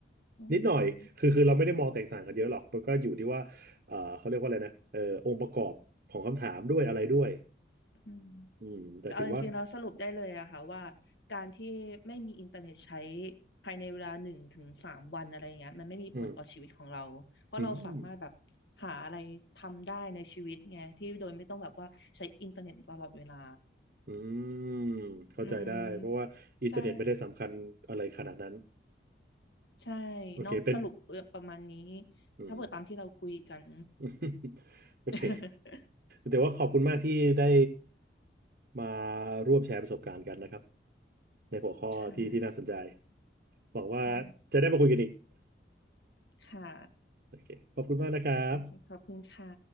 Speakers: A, on the left (about 70°); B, on the right (about 50°).
A: อืม
B: นิดหน่อยคือคือเราไม่ได้มองแตกต่างกันเยอะหรอกมันก็อยู่ที่ว่าเอ่อเขาเรียกว่าอะไรนะเอ่อองค์ประกอบของคำถามด้วยอะไรด้วย
A: อืม
B: อืมแต่ถือว่า
A: เอาจริงๆแล้วสรุปได้เลยอะค่ะว่าการที่ไม่มีอินเทอร์เน็ตใช้ภายในเวลาหนึ่งถึงสามวันอะไรอย่างเงี้ยมันไม่มีผลต่อชีวิตของเราเพราะเราสามารถแบบ
B: อืมอืม
A: หาอะไรทำได้ในชีวิตไงที่โดยไม่ต้องแบบว่าใช้อินเทอร์เน็ตตลอดเวลา
B: อืมเข้าใจได้เพราะว่าอินเทอร์เน็ตไม่ได้สำคัญอะไรขนาดนั้น
A: อืมใช่ใช่เนาะสรุปเออประมาณนี้
B: โอเคเป็นอืม
A: ถ้าเปิดตามที่เราคุยกัน
B: <laughs> โอเค
A: <laughs>
B: แต่ว่าขอบคุณมากที่ได้มาร่วมแชร์ประสบการณ์กันนะครับในหัวข้อที่ที่น่าสนใจ
A: ค่ะ
B: หวังว่าจะได้มาคุยกันอีก
A: ใช่ค่ะ
B: โอเคขอบคุณมากนะครับ
A: โอเคขอบคุณค่ะ